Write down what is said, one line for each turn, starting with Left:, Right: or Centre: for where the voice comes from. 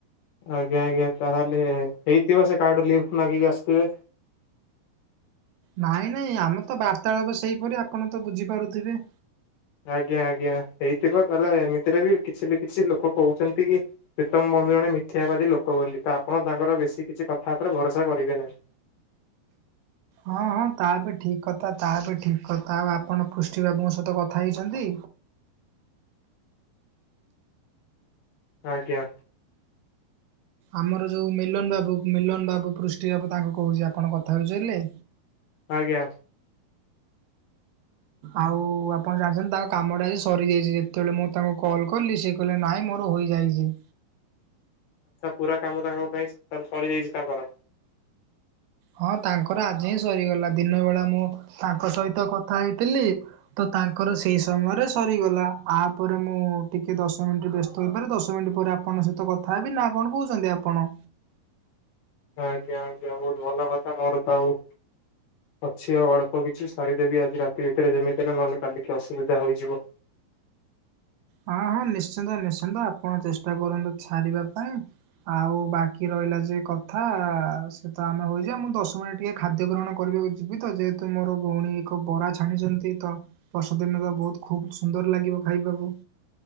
Left: ଆଜ୍ଞା ଆଜ୍ଞା ତାହେଲେ ହେଇଥିବ ସେ କହାଠୁ ଲିଫ୍ଟ ମାଗିକି ଆସିଥିବେ।
Right: ନାଇଁ ନାଇଁ ଆମର ତ ବାର୍ତାଳବ ସେଇପରି ଆପଣ ତ ବୁଝିପାରୁଥିବେ।
Left: ଆଜ୍ଞା ଆଜ୍ଞା ହେଇଥିବ କହିଲ ଏମିତିରେ ବି କିଛି ଲୁ କିଛି ଲୋକ କହୁଛନ୍ତି କି ପ୍ରୀତମ ବନ୍ଧ ଜଣେ ମି୍ୟାାବାଦୀ ଲୋ ୋକ ବୋଲି ତ ଆପଣ ତାଙ୍କର ବେଶୀ କିଛି କଥା ଉପରେ ଭରସା କରିବେ ନାହିଁ।
Right: ହଁ ହଁ ତା ବି ଠିକ କଥା ତା ବି ଠିକ କଥା ଆଉ ଆପଣ ପୃଷ୍ଟି ବାବୁଙ୍କ ସହିତ କଥା ହେଇଛନ୍ତି?
Left: ଆଜ୍ଞା
Right: ଆମର ଯୋଉ ମିଲନ ବାବୁ ମିଲନ ବାବୁ, ପୃଷ୍ଟି ବାବୁ ତାଙ୍କୁ କହୁଛି ଆପଣ କଥା ହେଚାରିଲେ
Left: ଆଜ୍ଞା
Right: ଆଉ ଆପଣ ଜାଣିଛନ୍ତି ତାଙ୍କ କାମଟା ଆଜି ସରିଯାଇଛି ଯେତେବେଳେ ମୁଁ ତାଙ୍କୁ କଲ୍ କଲିି ସେ କହିଲେ ନାଇଁ ମୋର ହୋଇଯାଇଛି
Left: ପୁରା କାମ ତାଙ୍କ ପାଇଁ କରିଦେଇଛି ତାଙ୍କର
Right: ହଁ ତାଙ୍କର ଆଜି ହିଁ ସରିଗଲା ଦିନ ବେଳା ମୁଁ ତାଙ୍କ ସହିତ କଥା ହେଇଥିଲି ତ ତାଙ୍କର ସେଇ ସମୟରେ ସରିଗଲା ତାପରେ ମୁଁ ଟିକେ ଦଶ ମିନିଟ ବ୍ୟସ୍ତ ହୋଇପାରେ ଦଶ ମିନିଟ ପରେ ଆପଣଙ୍କ ସହିତ କଥା ହେବି ନା କଣ କହୁଛନ୍ତି ଆପଣ?
Left: ଆଜ୍ଞ ଆଜ୍ଞ ବହୁତ ଭଲ କଥା ମୋର ତ ଆଉ ଅଛି ଆଉ ଅଳ୍ପ କିଛି ସାରିଦେବି ଆଜି ରାତି ଭିତରେ ଯେମିତି ହେଲେ ନହେଲେ କାଲିକି ଅସୁବିଧା ହୋଇଯିବ। <inaudible>
Right: ହଁ ହଁ ନିଶ୍ଚିନ୍ତ ନିଶ୍ଚିନ୍ତ ଆପଣ ଚେଷ୍ଟା କରନ୍ତୁ ସରିବା ପାଇଁ ଆଉ ବାକି ର ହେଲା ସେ କଥା ସେ ତ ଆମେ ମୁଁ ଦଶ ମିନିଟ ଟିକେ ଖାଦ୍ୟ ଗ୍ରଣକୁ କରିବାକୁ ଯିବି ତ ଯେହେତୁ ମୁଁ ମୋର ଭଉଣୀ ଏକ ବରା ଛାଣିଛନ୍ତି ତ ବର୍ଷଦିନ ତ ବହୁତ ଖୁବ ସୁନ୍ଦର ଲାଗିବ ଖାଇବାକୁ।